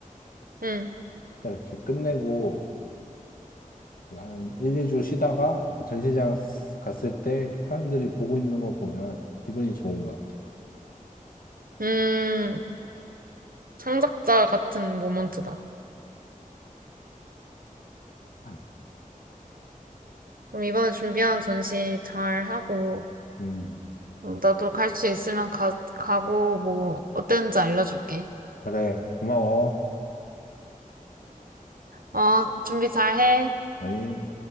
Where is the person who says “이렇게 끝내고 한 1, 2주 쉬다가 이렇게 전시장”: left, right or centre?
Left